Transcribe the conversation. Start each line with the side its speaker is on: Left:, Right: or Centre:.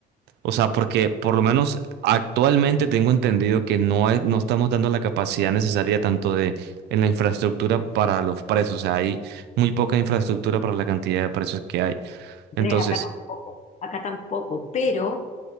Right: o sea, porque por lo menos actualmente tengo entendido que no, hay- no estamos dando la capacidad necesaria tanto de en la infraestructura para los presos. O sea, hay muy poca infraestructura para la cantidad de presos que hay.
Left: Andrés,
Right: Entonces,
Left: acá tampoco, acá tampoco, pero